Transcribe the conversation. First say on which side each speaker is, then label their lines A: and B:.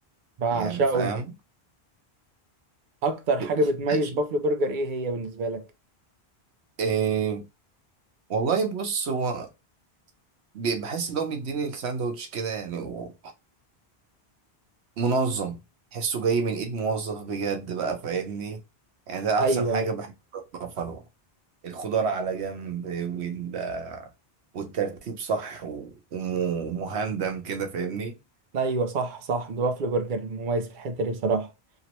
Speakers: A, on the right; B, on the right.
A: بعشقه
B: يعني فاهم
A: اكتر
B: ب-
A: حاجة بتميز
B: ماشي
A: بافلو برجر ايه هي بالنسبة لك
B: إيه والله بص هو ب- بحس ان هو بيديني الساندوتش كده يعني و- منظم تحسه جاي من ايد موظف بجد بقى فاهمني يعني ده
A: ايوه
B: احسن حاجة
A: ايوه
B: بحب بافالو الخضار على جنب وال- والترتيب صح و- ومهندم كده فاهمني
A: ايوه صح صح ده بافلو برجر مميز في الحته دي بصراحه